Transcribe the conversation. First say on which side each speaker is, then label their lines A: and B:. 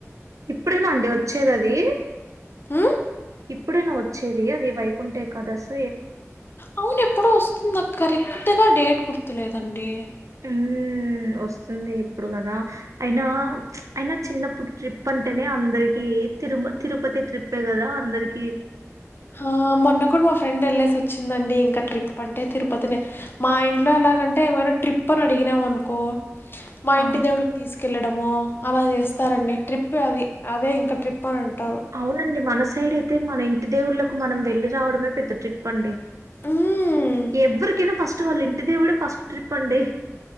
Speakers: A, on the right; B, on the left.
A: ఇప్పుడేనా అండి వచ్చేది. అది
B: హ్
A: ఇప్పుడేన వచ్చేది. అది వైకుంఠ ఏకాదస్
B: అవును ఎప్పుడో వస్తుంది. అక్క క్రిక్ కొత్తగా డేట్ గుర్తులేదండి.
A: హ్మ్ వస్తుంది. ఇప్పుడు కదా అయినా ప్చ్ అయినా చిన్నప్పుడు ట్రిప్ అంటేనే అందరికి తిరుమల్ తిరుపతి ట్రిప్పే కదా అందరికి
B: హా మొన్నకుడ్ మా ఫ్రెండ్ వెళ్ళేసి వచ్చిందండి. ఇంకా ట్రిప్ అంటే తిరుపతినే మా ఇంట్లో
A: హ్మ్.
B: ఎలాగంటే ఏమైనా ట్రిప్ అని అడిగినామనుకో మా
A: ఆ! ఆ.
B: ఇంటి దేవుడ్క్ తీసుకెళ్ళడమో అలా చేస్తారండి. ట్రిప్పే అది అదే ఇంకా ట్రిప్ అని అంటారు
A: అవునండి. మన సైడ్ అయితే మన ఇంటి దేవుళ్ళక్ మనం వేళ్ళిరావడమే పెద్ద ట్రిప్ అండి.
B: హ్మ్
A: ఎవరికైనా ఫస్ట్ వాళ్ళ ఇంటి దేవుడే ఫస్ట్ ట్రిప్ అండి.